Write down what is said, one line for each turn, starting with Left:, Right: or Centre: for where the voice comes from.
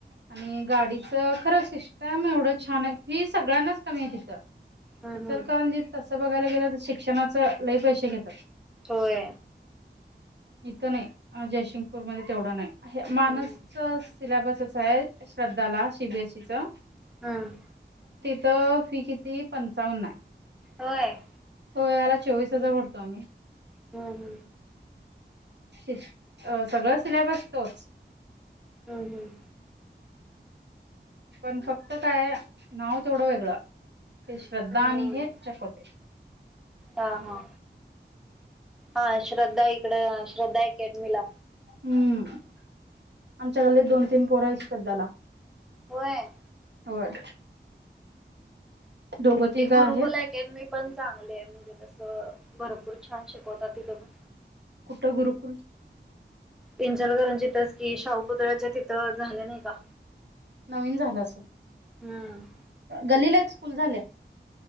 Right: आणि गाडीचं खरं सिस्टम एवढं छान आहे फी सगळ्यांनाच कमी आहे तिथं.
Centre: हं,
Right: इचलकरंजीत
Centre: हं.
Right: तसं बघायला गेलं तर शिक्षणाच लय पैसे घेतात.
Centre: होय.
Right: इथं नाही जयसिंगपूरमध्ये तेवढं नाही मानसच
Centre: हं, हं.
Right: सिलेबसच शाळेत श्रद्धाला सीबीएसई च
Centre: ह.
Right: तर फी किती पंचावन्न आहे.
Centre: होय.
Right: हो याला चोवीस हजार भरतो आम्ही.
Centre: ह ह.
Right: शक्ष सगळ सिलेबस तोच
Centre: हं हं.
Right: पण फक्त काय नाव तेवडं वेगळं. ती श्रद्धा
Centre: हं.
Right: आणि हे चकोते.
Centre: हा, हा. हा श्रद्धा इकड श्रद्धा अकॅडमीला.
Right: हम्म आमच्याकडले दोन, तीन, पोर आहेत श्रद्धाला.
Centre: होय.
Right: होय. दोघं तिघं
Centre: ते गुरुकुला
Right: आहेत
Centre: अकॅडमी पण चांगले आहे म्हणजे तसं भरपूर छान शिकवतात तिथे पण.
Right: कुठ गुरुकुल?
Centre: इंचलकरांजितच कि शाहू पुुतळ्याच्या तिथं झाले नाही का?
Right: नवीन झालं अस
Centre: हम्म.
Right: गल्लीला एक स्कूल झाले.